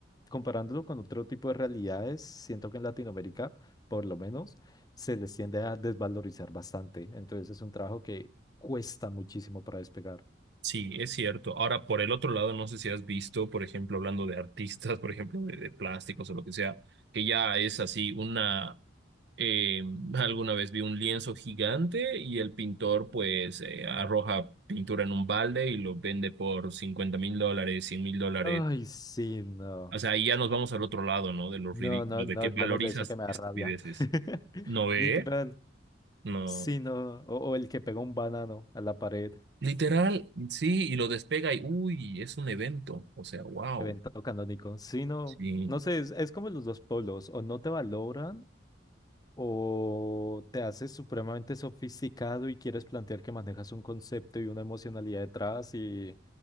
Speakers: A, on the left (about 20°); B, on the right (about 60°).
A: comparándolo con otro tipo de realidades, siento que en Latinoamérica por lo menos se les tiende a desvalorizar bastante. Entonces es un trabajo que cuesta muchísimo para despegar.
B: Sí, es cierto. Ahora, por el otro lado, no sé si has visto, por ejemplo, hablando de artistas, <laughs> por ejemplo, de, de plásticos o lo que sea, que ya es así una, eh, alguna vez vi un lienzo gigante y el pintor pues eh, arroja pintura en un balde y lo vende por cincuenta mil dólares, cien mil dólares.
A: Ay, sí, no.
B: O sea, ahí ya nos vamos al otro lado, ¿no? De lo
A: No,
B: ridículo,
A: no,
B: de
A: no
B: que
A: hablemos
B: valorizas
A: de eso que me da
B: estupideces.
A: rabia. <laughs>
B: ¿No ve?
A: Literal.
B: No.
A: Sí, no. O, o el que pega un banano a la pared,
B: Literal, sí, y lo despega y, uy, es un evento. O sea, wow.
A: evento canónico. Sí, no.
B: Sí.
A: No sé, es, es como los dos polos. O no te valoran o te haces supremamente sofisticado y quieres plantear que manejas un concepto y una emocionalidad detrás y